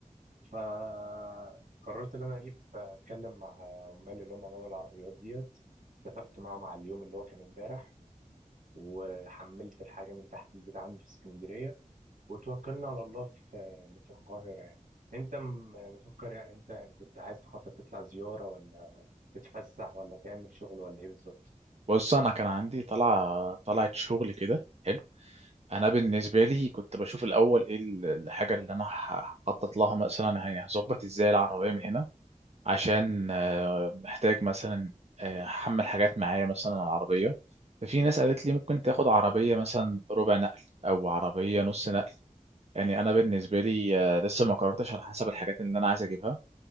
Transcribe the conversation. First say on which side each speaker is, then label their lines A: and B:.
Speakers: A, on the right (about 75°); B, on the right (about 50°).
A: فقررت ان انا اجيب اتكلم مع عمال اللي هم عمال العربيات ديت اتفقت معاهم على اليوم اللي هو كان امبارح وحملت الحاجة من تحت البيت عندي في اسكندرية وتوكلنا على الله في في القاهرة يعني انت م- مفكر يعني انت يعني كنت عايز تخطط تطلع زيارة ولا تتفسح ولا تعمل شغل ولا ايه بالظبط
B: بص انا كان عندي طلع طلعت شغل كده حلو انا بالنسبه لي كنت بشوف الاول ايه ال- الحاجه اللي انا هخطط لها مثلا يعني هظبط ازاي العربيه من هنا عشان آه، محتاج مثلا آه، احمل حاجات معايا مثلا على العربيه ففي ناس قالت لي ممكن تاخد عربيه مثلا ربع نقل او عربيه نص نقل يعني انا بالنسبه لي آه، لسه ما قررتش على حسب الحاجات اللي انا عايز اجيبها